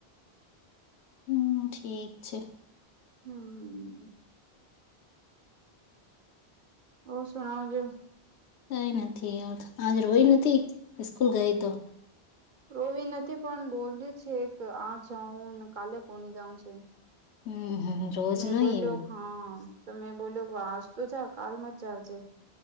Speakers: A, on the left (about 80°); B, on the right (about 50°).
A: હમ ઠીક છે
B: હમ હ શણાવ જો
A: કઈ નથી આજ રોય નથી સ્કૂલ ગઈ તો
B: રોવી નથી પણ બોલતી છે કે આ જાઉં કાલે કોની જાઉં છે
A: હમ હમ રોજ
B: મેં
A: નહી
B: બોલ્યો
A: એવું
B: હા તો મેં બોલ્યો વાંજ તો જા કાલ મ જ જજે